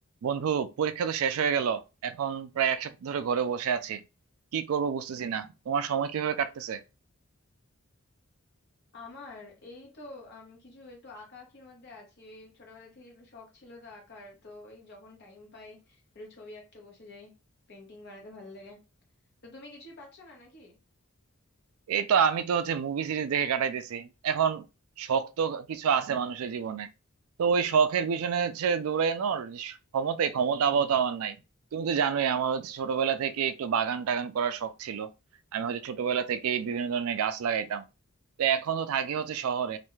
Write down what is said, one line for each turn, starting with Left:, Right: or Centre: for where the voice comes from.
Right: বন্ধু পরীক্ষা তো শেষ হয়ে গেল এখন প্রায় এক সপ্তাহ ধরে ঘরে বসে আছি কি করব বুঝতেছি না তোমার সময় কিভাবে কাটতেছে
Left: আমার এই তো আম, কিছু একটু আঁকা আঁকির মধ্যে আছি এই ছোটবেলা থেকে একটু শখ ছিল তো আঁকার তো এই যখন টাইম পাই একটু ছবি আঁকতে বসে যাই পেন্টিং বানাতে ভালো লাগে তো তুমি কিছুই পাচ্ছ না নাকি
Right: এই তো আমি তো হচ্ছে মুভি সিরিজ দেখে কাটাইতেছি এখন শখ তো কিছু আছে মানুষের জীবনে তো ওই শখের পিছনে হচ্ছে দৌড়ানোর যে ক্ষমতা এই ক্ষমতা আপাতত আমার নাই তুমি তো জানোই আমার হচ্ছে ছোটবেলা থেকে একটু বাগান টাগান করার শখ ছিল আমি হচ্ছে ছোটবেলা থেকে বিভিন্ন ধরনের গাছ লাগাইতাম তো এখন তো থাকি হচ্ছে শহরে